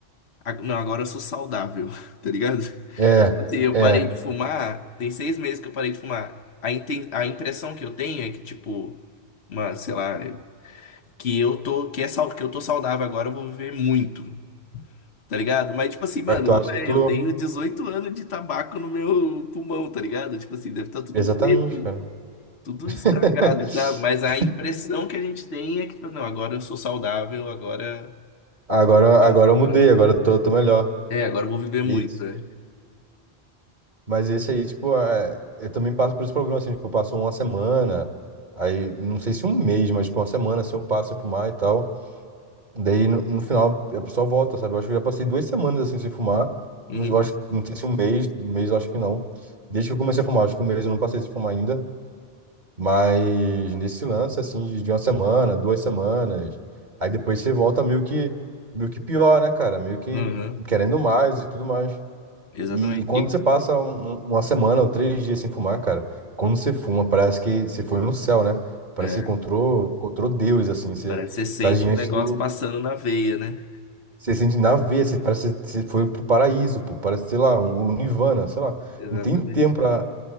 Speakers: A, on the left; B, on the right.
A: A- Não, agora eu sou saudável, <laughs> tá ligado? Tipo
B: É,
A: Assim, eu
B: é.
A: parei de fumar, tem seis meses que eu parei de fumar. A, inten- a impressão que eu tenho é que, tipo, uma, sei lá, que eu tô, que é sal... que eu tô saudável agora, eu vou viver muito, tá ligado? Mas, tipo assim, mano,
B: Ah, Tu
A: não
B: acha que
A: é.
B: tu.
A: Eu tenho 18 anos de tabaco no meu pulmão, tá ligado? Tipo assim, deve estar tudo
B: Exatamente,
A: preto,
B: cara. <laughs>
A: tudo estragado, sabe? Mas a impressão que a gente tem é que, tipo, não, agora eu sou saudável, agora.
B: Agora,
A: agora...
B: agora
A: agora-
B: eu mudei, agora eu tô, tô melhor.
A: É, agora eu vou viver muito,
B: Isso.
A: né?
B: Mas esse aí, tipo, é, eu também passo por esse problema, assim, tipo, eu passo uma semana, aí, não sei se um mês, mas, tipo, uma semana, assim, eu passo sem fumar e tal. Daí, no, no final, a pessoa volta, sabe? Eu acho que eu já passei duas semanas, assim, sem fumar.
A: Uhum.
B: Não- Eu acho, não sei se um mês, um mês eu acho que não. Desde que eu comecei a fumar, acho que um mês eu não passei sem fumar ainda. Mas nesse lance, assim, de, de uma semana, duas semanas, aí depois você volta meio que, meio que pior, né, cara? Meio que
A: Uhum.
B: querendo mais e tudo mais.
A: Exatamente.
B: E, e quando
A: E-
B: você passa um- um, uma semana ou três dias sem fumar, cara, quando você fuma, parece que você foi no céu, né? Parece
A: é,
B: que você encontrou, encontrou Deus, assim, você
A: parece que você sente
B: está diante
A: o negócio
B: do.
A: passando na veia, né?
B: Você sente na veia, você parece que você foi pro paraíso, pô, parece, sei lá, um, um nirvana, sei lá.
A: Exatamente.
B: Não tem tempo pra,